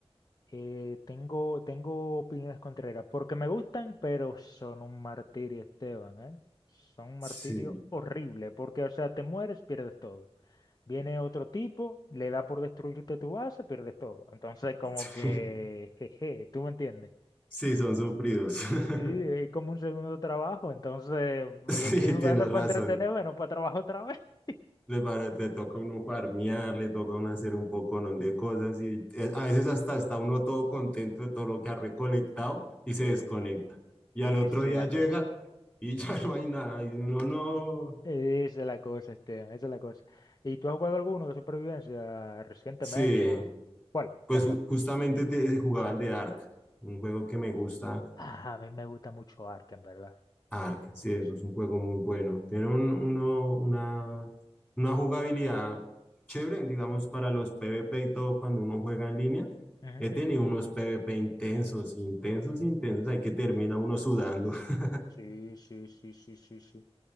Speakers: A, on the left (about 35°); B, on the left (about 15°).
A: Eh, tengo, tengo opiniones contrarias, porque me gustan, pero son un martirio, Esteban, ¿eh? Son un
B: Sí,
A: martirio horrible, porque, o sea, te mueres, pierdes todo. Viene otro tipo, le da por destruirte tu base, pierdes todo. Entonces, como
B: <laughs>
A: que, jeje, ¿tú me entiendes?
B: sí, son sufridos. <laughs>
A: Sí, es como un segundo trabajo, entonces yo
B: Sí,
A: estoy jugando
B: tienes
A: para
B: razón.
A: entretenerme, no para trabajar otra vez. <laughs>
B: Le, para- le toca a uno farmear, le toca a uno hacer un poco de cosas y eh, a veces hasta está uno todo contento de todo lo que ha recolectado y se
A: Eh,
B: desconecta. Y
A: esa
B: al otro día
A: es la
B: llega
A: cosa.
B: y <laughs> ya no hay nada y uno no...
A: Esa es la cosa, Esteban, esa es la cosa. ¿Y tú has jugado alguno de supervivencia recientemente
B: Sí,
A: o cuál?
B: pues
A: Cuenta.
B: ju- justamente te, jugaba el de Ark, un juego que me gusta
A: Ah, a mí me gusta mucho Ark, verdad.
B: Ark, sí, es
A: Sí.
B: un juego muy bueno. Tiene un- uno- una, una jugabilidad chévere, digamos, para los PvP y todo cuando uno juega en línea.
A: Ujú,
B: He tenido
A: ujú.
B: unos PvP intensos, intensos, intensos, ahí que termina uno sudando. <laughs>
A: Sí, sí, sí, sí, sí, sí, sí.